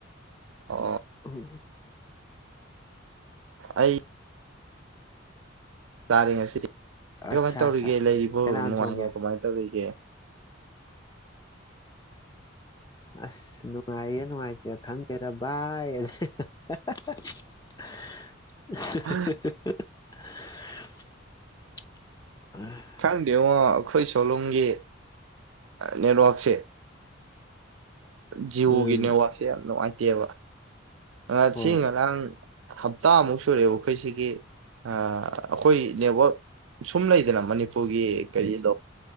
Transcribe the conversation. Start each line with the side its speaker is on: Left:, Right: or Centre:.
Right: ꯑꯣ
Left: ꯎ
Right: ꯑꯩ ꯇꯔꯦ ꯉꯁꯤ ꯀꯃꯥꯏꯅ
Left: ꯑꯠꯆꯥ
Right: ꯇꯧꯔꯤꯒꯦ
Left: ꯑꯠꯆꯥ
Right: ꯂꯩꯔꯤꯕ
Left: ꯀꯅꯥꯅ
Right: ꯅꯨꯡꯉꯥꯏꯅ
Left: ꯊꯣꯡꯒꯦ
Right: ꯀꯃꯥꯏꯅ ꯇꯧꯔꯤꯒꯦ <inaudible>
Left: ꯑꯁ ꯅꯨꯡꯉꯥꯏꯌꯦ ꯅꯨꯡꯉꯥꯏꯇꯦ ꯈꯪ ꯀꯦ <unintelligible>
Right: ꯑ
Left: <inaudible> <inaudible> <unintelligible>
Right: ꯈꯪꯗꯦꯉꯣ ꯑꯩꯈꯣꯏ ꯁꯣꯂꯣꯝꯒꯤ ꯅꯦꯠꯋꯥꯛꯁꯦ ꯖꯤꯑꯣꯒꯤ
Left: ꯎꯝ
Right: ꯅꯦꯋꯥꯛꯁꯦ ꯌꯥꯝ ꯅꯨꯡꯉꯥꯏ <unintelligible> ꯉꯁꯤ
Left: ꯍꯣꯏ
Right: ꯉꯔꯥꯡ ꯍꯞꯇꯥꯃꯨꯛ ꯁꯨꯔꯛꯑꯦ ꯑꯩꯈꯣꯏꯁꯤꯒꯤ ꯑꯩꯈꯣꯏ ꯅꯦꯠꯋꯛ ꯁꯨꯝ ꯂꯩꯗꯅ ꯃꯅꯤꯄꯨꯔꯒꯤ ꯀꯔꯤꯗꯣ